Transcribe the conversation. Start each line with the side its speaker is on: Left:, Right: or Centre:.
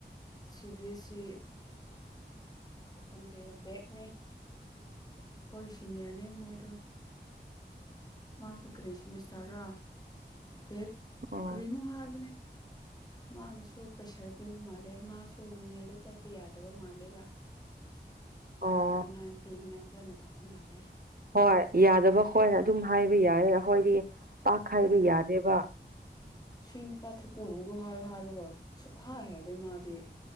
Left: ꯁꯤ ꯕꯤ ꯑꯦꯁ ꯁꯤ ꯈꯪꯗꯦ ꯕꯦꯛꯅꯦ ꯑꯩꯈꯣꯏ ꯁꯤꯅꯤꯌꯔꯅꯦ ꯃꯣꯏꯗꯣ ꯃꯥꯁꯨ ꯀꯔꯤ ꯁꯦꯃꯤꯁꯇꯔꯔꯥ ꯚꯦꯛ
Right: ꯑꯣ
Left: ꯀꯔꯤꯅꯣ ꯍꯥꯏꯕꯅꯦ ꯃꯥꯅꯁꯨ ꯄ꯭ꯔꯦꯁꯔ ꯄꯤꯕ ꯃꯥꯜꯂꯦ ꯃꯥꯁꯨ ꯅꯣꯅꯦꯗ ꯆꯠꯀꯦ ꯌꯥꯗꯕ ꯃꯥꯜꯂꯦꯕ ꯑꯗꯨꯒꯤ
Right: ꯑꯣ
Left: ꯑꯣꯟꯂꯥꯏꯟ ꯄꯤꯅꯤꯡꯉꯥ ꯐꯖꯅ ꯇꯧꯕ ꯃꯥꯜꯂꯦ
Right: ꯍꯣꯏ ꯌꯥꯗꯕ ꯈꯣꯏꯅ ꯑꯗꯨꯝ ꯍꯥꯏꯕ ꯌꯥꯌꯦ ꯑꯈꯣꯏꯗꯤ ꯄꯥꯛ ꯍꯥꯏꯕ ꯌꯥꯗꯦꯕ
Left: ꯁꯨꯏ ꯅꯨꯄꯥ ꯊꯦꯀꯨꯂꯨꯡꯗꯨ ꯍꯥꯏꯌꯣ ꯍꯥꯏꯔꯒ ꯄ ꯍꯥꯏ ꯍꯥꯏꯔꯦ ꯃꯥꯗꯤ